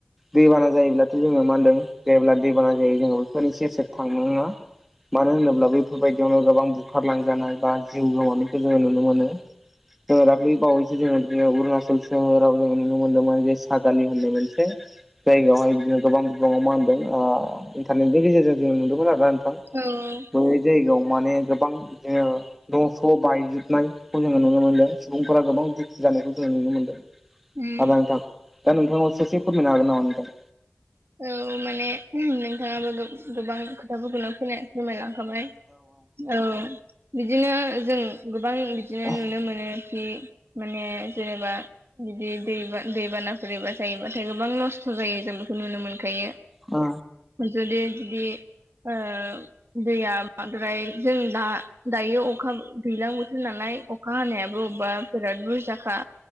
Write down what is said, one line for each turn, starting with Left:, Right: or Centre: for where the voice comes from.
Centre: दैबाना जायोब्लाथ' जोङो मा होनदों जेब्ला दैबाना जायो जोङो बेफोरनि सेर सेर थांनो नङा मानो होनोब्ला बेफोरबायदियावनो गोबां बुखारलांजानाय बा जिउ गोमानायखौ जोंङो नुनो मोनो जोंङो बिदिनो दाखालि बावैसो उरनाचलनि जोंङो नुनो मोन्दोंमोन जे सागालि होननाय मोनसे जायगायावहाय बिदिनो गोबां बिबाङाव मा होनदों इन्टारनेटनि गेजेरजों जों नुदोंमोन आरो ना नोंथां
Right: औ औ
Centre: जायगायाव माने गोबां बिदिनो न' स' बायजोबनायखौ जोङो नुनो मोन्दों सुबुंफोरा गोबां दुखु जानायखौ जोंङो नुनो मोनदों दा
Right: उम
Centre: नोंथां दा नोंथांया ससे फोरमायनो हागोन नामा नोंथां
Right: औ माने नोंथाङाबो गोबां खोथाफोरखौनो फैनो फोरमायलांखाबाय औ बिदिनो जों गोबां बिदिनो
Centre: औ
Right: नुनो मोनो खि माने जेनेबा बिदि दै बा दैबानाफोर एबा जायोबाथाय गोबां नस्थ' जायो जों बेखौ नुनो मोनखायो
Centre: अ
Right: जुदि जुदि ओ दैया बाद्राय जों दा दायो अखा दैज्लां बोथोर नालाय अखा हानायाबो अबेबा बिराद बुरजाखा